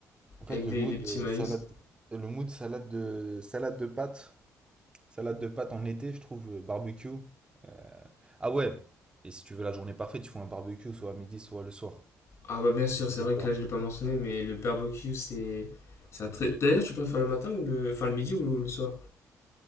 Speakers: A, on the right; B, on the left.
A: En fait,
B: Avec des,
A: le mood
B: des petits
A: euh,
B: maïs.
A: salade, le mood salade de salade de pâtes, salade de pâtes en été, je trouve euh, barbecue. euh, Ah ouais. Et si tu veux la journée parfaite, il faut un barbecue soit à midi, soit le soir.
B: Ah bah bien sûr,
A: Obligatoire.
B: c'est vrai que là je l'ai pas mentionné, mais le barbecue c'est c'est un très. D'ailleurs, tu préfères le matin ou le, enfin le midi ou le, le soir?